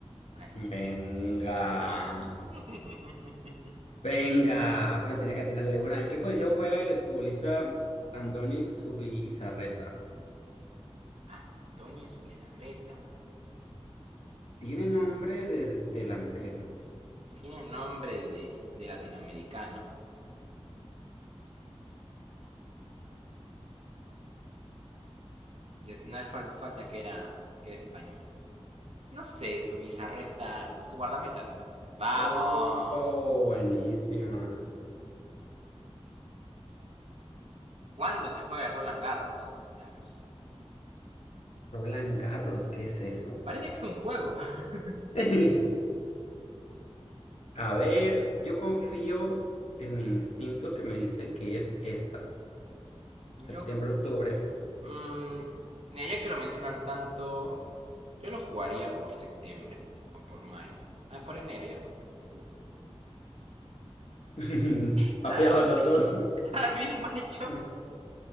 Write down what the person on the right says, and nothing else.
Maldición.
<laughs>
Antonio Zubizarreta.
Tiene nombre de, de latinoamericano. Y al final fal- falta que era, que era español. No sé, Zubizarreta. No sé, guardameta capaz. ¡Vamos!
¿Cuándo se juega el Roland Garros? Diablos.
Parece que es un juego. <laughs>
Yo.
mm, mira, ya que lo mencionan tanto, yo lo jugaría por septiembre o por mayo. Ah, por enero, ya fue. Uy,
estaba
bien mayo.
<laughs> Estaba bien mayo.